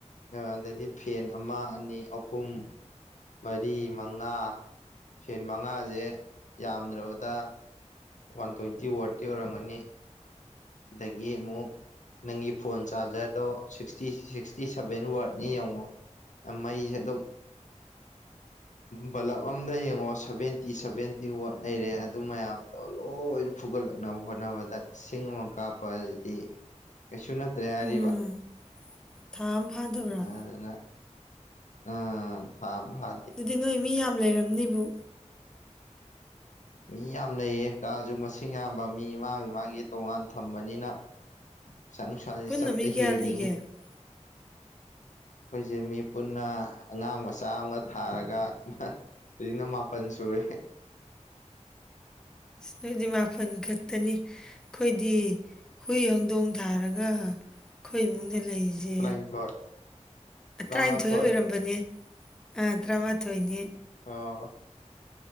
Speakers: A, on the left; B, in the centre.
A: ꯑꯗꯩꯗꯤ ꯐꯦꯟ ꯑꯃ ꯑꯅꯤ ꯑꯍꯨꯝ ꯃꯔꯤ ꯃꯉꯥ ꯁꯦꯟ ꯃꯉꯥꯁꯦ ꯌꯥꯝꯗ꯭ꯔꯕꯗ ꯋꯥꯟ ꯇ꯭ꯋꯦꯟꯇꯤ ꯋꯥꯔꯗꯇꯤ ꯑꯣꯏꯔꯝꯒꯅꯤ ꯑꯗꯒꯤ ꯑꯃꯨꯛ ꯅꯪꯒꯤ ꯐꯣꯟ ꯆꯥꯔꯖꯔꯗꯣ ꯁꯤꯛꯁꯇꯤ ꯁꯤꯛꯁꯇꯤ ꯁꯚꯦꯟ ꯋꯥꯔꯗꯅꯤ ꯌꯦꯡꯉꯣ ꯑ ꯃꯩꯁꯦ ꯑꯗꯨꯝ ꯕꯂꯞ ꯑꯝꯗ ꯌꯦꯡꯉꯣ ꯁꯚꯦꯟꯇꯤ ꯁꯚꯦꯟꯇꯤ ꯋꯥꯠ ꯂꯩꯔꯦ ꯑꯗꯨ ꯃꯌꯥꯝ ꯂꯣꯏꯅ ꯐꯨꯒꯠꯂꯛꯅꯕ ꯍꯣꯠꯅꯕꯗ ꯁꯤꯡ ꯑꯃꯛ ꯀꯥꯞꯄ ꯍꯥꯏꯗꯤ ꯀꯩꯁꯨ ꯅꯠꯇ꯭ꯔꯦ ꯍꯥꯏꯔꯤꯕ
B: ꯎꯝ ꯊꯥ ꯑꯃ ꯐꯥꯗꯕ꯭ꯔꯥ
A: ꯑꯗꯨꯅ ꯎꯝ ꯊꯥ ꯑꯃ ꯐꯥ
B: ꯑꯗꯨꯗꯤ ꯅꯣꯏ ꯃꯤ ꯌꯥꯝ ꯂꯩꯔꯝꯅꯤꯕꯨ
A: ꯃꯤ ꯌꯥꯝ ꯂꯩꯌꯦ ꯀꯥꯁꯨ ꯃꯁꯤꯡ ꯌꯥꯝꯕ ꯃꯤ ꯃꯥꯒꯤ ꯃꯥꯒꯤ ꯇꯣꯉꯥꯟ ꯊꯝꯕꯅꯤꯅ ꯄꯩꯁꯥꯟ ꯅꯨꯡꯁꯥꯁꯦ
B: ꯄꯨꯟꯅ
A: ꯆꯠꯄ
B: ꯃꯤ ꯀꯌꯥ
A: ꯍꯦꯜꯂꯤꯅꯦ
B: ꯂꯩꯒꯦ ꯑꯁ
A: ꯑꯩꯈꯣꯏꯁꯦ ꯃꯤ ꯄꯨꯟꯅ ꯑꯉꯥꯡ ꯃꯆꯥ ꯑꯃꯒ ꯊꯥꯔꯒ ꯍꯧꯖꯤꯛꯅ ꯃꯥꯄꯟ ꯁꯨꯔꯦ
B: ꯅꯣꯏꯗꯤ ꯃꯥꯄꯜ ꯈꯛꯇꯅꯤ ꯑꯩꯈꯣꯏꯗꯤ ꯍꯨꯏ ꯍꯧꯗꯣꯡ ꯊꯥꯔꯒ ꯑꯩꯈꯣꯏ ꯏꯃꯨꯡꯗ ꯂꯩꯔꯤꯁꯦ
A: ꯇꯔꯥꯅꯤꯊꯣꯏ ꯇꯔꯥꯃꯥꯊꯣꯏ
B: ꯇꯔꯥꯅꯤꯊꯣꯏ ꯑꯣꯏꯔꯝꯕꯅꯦ ꯑ ꯇꯔꯥꯃꯥꯊꯣꯏꯅꯤ
A: ꯑꯣ